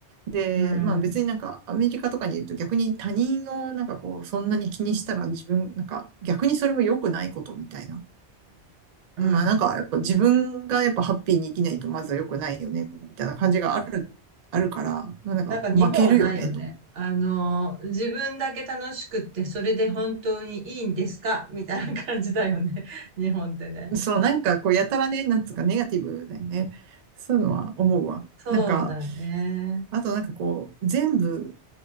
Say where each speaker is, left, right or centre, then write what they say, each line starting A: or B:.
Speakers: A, on the right; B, on the right.
A: で、
B: うん、
A: まあ別になんかアメリカとかにいると逆に他人をなんかこう、そんなに気にしたら自分、なんか逆にそれは良くないことみたいな。
B: うん。
A: まあなんかやっぱ自分がやっぱハッピーに生きないとまずは良くないよね、みたいな感じがある、あるから、まあなんか負けるよね、
B: なんか日本はないよね。
A: と
B: あの、自分だけ楽しくって、それで本当にいいんですかみたいな感じだよね。<laughs> 日本ってね。
A: そう、なんかこう、やたらね、なんつうか、ネガティブだよね。そういうのは思うわ。
B: そうだね。
A: なんか、あとなんかこう、全部、